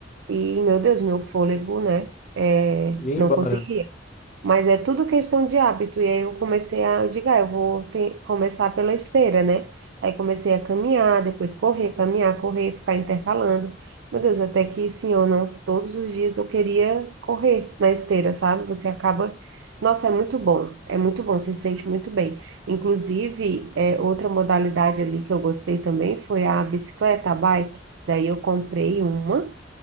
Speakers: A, on the right; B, on the left.
A: e, meu Deus, meu fôlego, né, é,
B: E ir
A: não
B: embora.
A: conseguia. Mas é tudo questão de hábito. E aí eu comecei a, eu digo, ah, eu vou ter- começar pela esteira, né? Aí comecei a caminhar, depois correr, caminhar, correr, ficar intercalando. Meu Deus, até que sim ou não, todos os dias eu queria correr na esteira, sabe? Você acaba. Nossa, é muito bom, é muito bom, você se sente muito bem. Inclusive, é, outra modalidade ali que eu gostei também foi a bicicleta, a bike. Daí eu comprei uma